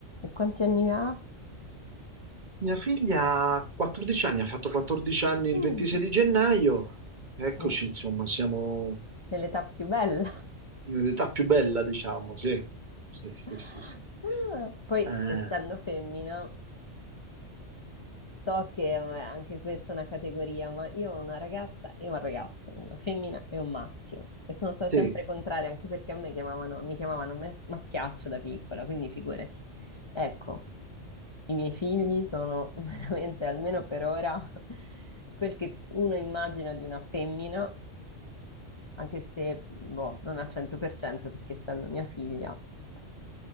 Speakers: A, on the left; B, on the right.
A: E quanti anni ha?
B: Mia figlia ha 14 anni, ha fatto 14 anni il
A: Mm,
B: 26 di gennaio. Eccoci,
A: è
B: insomma, siamo
A: nell'età più bella.
B: in un'età più bella, diciamo, sì. Sì, sì,
A: <laughs>
B: sì, sì.
A: Ah, Poi,
B: Eh,
A: essendo femmina, so che eh, anche questa è una categoria, ma io ho una ragazza e un ragazzo, una femmina e un maschio. E sono stata
B: sì,
A: sempre contraria, anche perché a me chiamavano, mi chiamavano me- maschiaccio da piccola, quindi figurati. Ecco, i miei figli sono <laughs> veramente, almeno per ora, <laughs> quel che uno immagina di una femmina anche se, boh, non al 100% perché essendo mia figlia ha